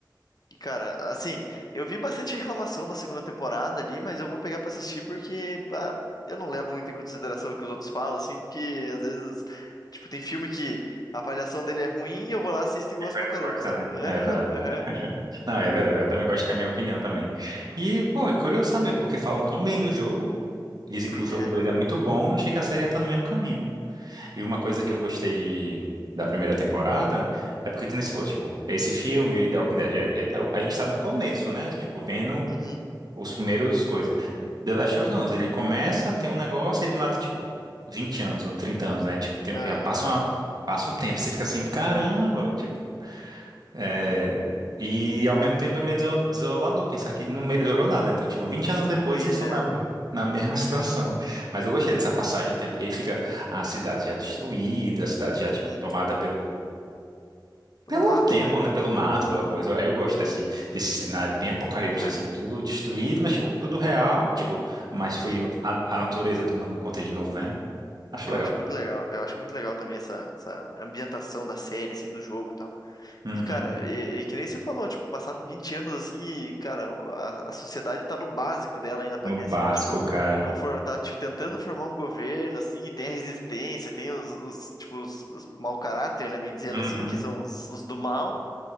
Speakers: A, on the left; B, on the right.
A: E, cara, assim, eu vi bastante reclamação da segunda temporada ali, mas eu vou pegar pra assistir porque, bah, eu não levo muito em consideração o que os outros falam, assim, porque às vezes, tipo, tem filme que a avaliação dele é ruim e eu vou lá, assisto e gosto
B: Vai
A: pra
B: Costa,
A: caramba, sabe?
B: né? É, exato.
A: <laughs> Aham.
B: Não, é verdade. Eu também gosto da minha opinião também. E, pô, é curioso saber, porque falam tão bem do jogo, dizem
A: Pois
B: que o jogo
A: é,
B: 2
A: né?
B: é muito bom, eu achei que a série ia estar no mesmo caminho. E uma coisa que eu gostei de, da primeira temporada é porque, que nem você falou, tipo, esse filme e The Walking Dead, é- é- a gente tá no começo, né? Tipo, vendo
A: Uhum.
B: os primeiros coisas. The Last of Us, ele começa, tem um negócio, e do nada, tipo, 20 anos ou 30 anos, né? Tipo, tem-
A: Aham.
B: já passa uma- Passa um tempo, você fica assim, caramba, tipo, É, e ao mesmo tempo é meio deso- desolador pensar que não melhorou nada. Então, tipo, 20 anos depois
A: Pois
B: eles estão
A: é.
B: na, na mesma <laughs> situação. Mas eu gostei dessa passagem de tempo, porque aí fica a cidade já destruída, a cidade já,
A: Uhum.
B: tipo, tomada pelo, pelo
A: Eu mato,
B: tempo,
A: né?
B: né? Pelo mato, pela coisa. Aí eu gosto desse, desse cenário bem apocalipse,
A: Cara,
B: assim, tudo destruído, mas, tipo, tudo real, tipo, mas foi
A: sim.
B: a, a natureza tomando conta de novo, né? Acho
A: Eu
B: legal.
A: acho muito legal. Eu acho muito legal também essa, essa ambientação da série, assim, do jogo e tal.
B: Uhum.
A: E, cara, e, e que nem você falou, tipo, passaram 20 anos assim e, cara, a, a sociedade tá no básico dela ainda,
B: No
A: parece,
B: básico,
A: né? Tipo,
B: cara.
A: não for, tá, tipo, tentando formar um governo, assim, e tem a resistência, tem os, os tipo, os, os mau caráter, né, bem dizendo
B: Uhum.
A: assim, que são os, os do mal,